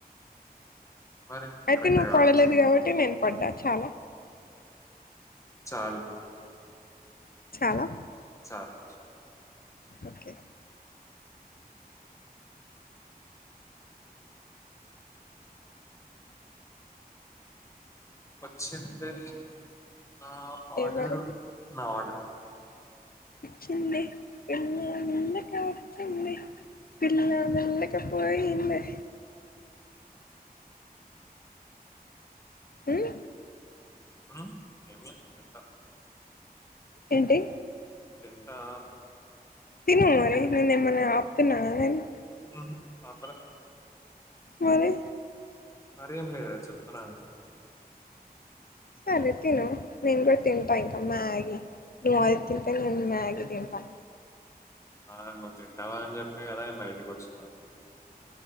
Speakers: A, on the left; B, on the left.
A: మరి
B: అయితే
A: కరెక్ట్
B: నువ్వు
A: కాదా
B: పడలేదు కాబట్టి నేను పడ్డా చాలా.
A: చాలు.
B: చాలా.
A: చాలు.
B: ఓకే
A: వచ్చిందే. నా ఆడర్
B: ఎవరు
A: నా ఆర్డర్.
B: చిన్నాయ్ ఎన్ని ఉన్నాక వచ్చిందే. పిల్ల మెల్లగా పోయిందే. ఉమ్.
A: ఉమ్ ఏమలే పిలిచా.
B: ఏంటి.
A: తింటా.
B: తినై మరి నేనేమైన్నా ఆప్తున్నాన నేను.
A: ఉహ్మ్ ఆపలేవు.
B: మరి.
A: మరేం లేదే చెప్తున్నా అంతే.
B: సరే తిను నేను కూడా తింటా ఇంకా మ్యాగి నువ్ అది తింటే నేను మ్యాగి తింటా.
A: ఆహ్ నువ్వు తింటావనే చేప్పే కదా నేను బయటికి వచ్చిన.